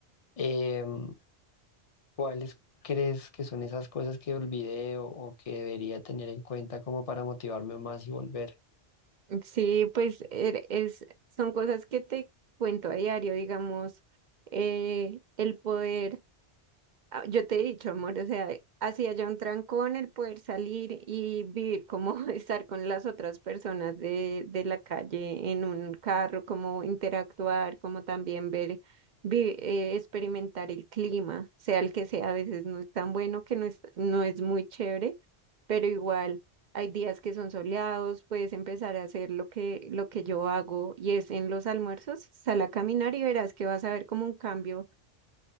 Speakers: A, on the left (about 35°); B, on the right (about 55°).
A: Em, ¿Cuáles crees que son esas cosas que olvidé o, o que debería tener en cuenta como para motivarme más y volver?
B: Sí, pues er- es, son cosas que te cuento a diario, digamos, eh, el poder Ah, Yo te he dicho, amor, o sea, hacía ya un trancón el poder salir y vivir como <laughs> estar con las otras personas de, de la calle en un carro, como interactuar, como también ver, vi- eh, experimentar el clima, sea el que sea, a veces no es tan bueno, que no es, no es muy chévere, pero igual hay días que son soleados, puedes empezar a hacer lo que, lo que yo hago y es en los almuerzos, sal a caminar y verás que vas a ver como un cambio